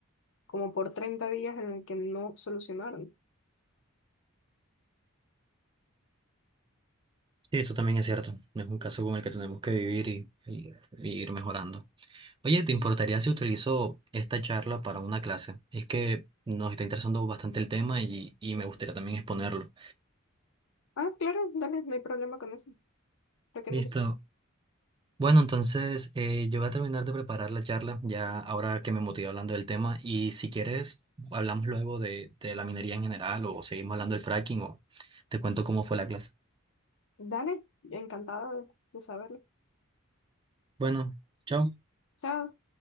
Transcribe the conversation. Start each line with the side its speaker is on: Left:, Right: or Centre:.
Left: como por 30 días en el que no solucionaron.
Right: Sí, eso también es cierto, No es un caso con el que tenemos que vivir y, y y ir mejorando. Oye, ¿te importaría si utilizo esta charla para una clase? Es que nos está interesando bastante el tema y, y me gustaría también exponerlo.
Left: Ah, claro, dale, no hay problema con eso, lo que
Right: Listo.
Left: necesites.
Right: Bueno, entonces eh, yo voy a terminar de preparar la charla ya ahora que me motivé hablando del tema y si quieres hablamos luego de, de la minería en general o seguimos hablando del fracking o te cuento cómo fue la clase.
Left: Dale, encantada de de saberlo.
Right: Bueno, chao.
Left: Chao.